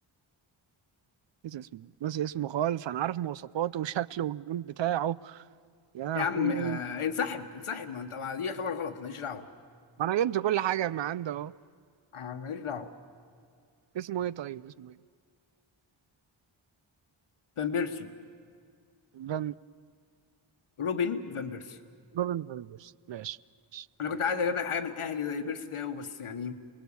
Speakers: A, on the right; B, on the left.
A: نسي اسمه نسي اسمه خالص انا عارف مواصفاته وشكله والجون بتاعه يا لهوي
B: يا عم آه انسحب انسحب ما انت دي يعتبر غلط ماليش دعوه
A: ما انا جبت كل حاجه ما عنده اهو
B: آه ماليش دعوه
A: اسمه ايه طيب اسمه ايه
B: فان بيرسي
A: فان
B: روبن فان بيرسي
A: روبن فاندرس ماشي
B: انا كنت
A: ماشي
B: عايز اجيب لك حاجه من الاهلي زي بيرسي ده بس يعني